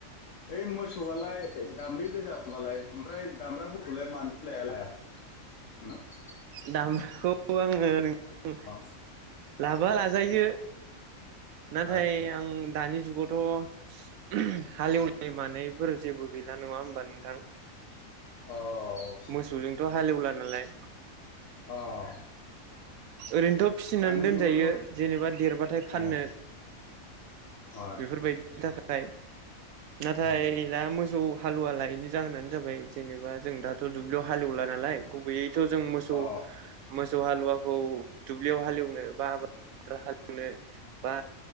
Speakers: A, on the left; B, on the right.
A: ओइ मोसौआलाय दामब्रै गोजा हाबालाय ओमफ्राय दामब्राफोरखौलाय मानोथो लाया लायाखै नोथां
B: दामखौ आङो ओरैनो
A: अ
B: लाबा लाजायो नाथाय
A: आदसा
B: आं दानि जुगावथ' उम हालेवनाय मानायफोर जेबो गैला नङा होमबा नोंथां।
A: अ
B: मोसौजोंथ'
A: अ
B: हालेवला नालाय
A: अ'
B: ओरैनोथ' फिसिनानै
A: दानि
B: दोनजायो
A: जुगावथ'
B: जेनेबा देरबाथाय
A: अ
B: फाननो
A: आदसा
B: बेफोरबायदिनि
A: आदसा
B: थाखाय नाथाय
A: उम
B: दा मोसौ हालुवलाय बेनि जाहोनानो जाबाय जेनेबा जों दाथ' दुब्लियाव हालेवला नालाय गुबैयै थ जों मोसौ
A: अ
B: मोसौ हालुवाखौ दुब्लियाव हालेवनो बा <unintelligible> हालेवनो बा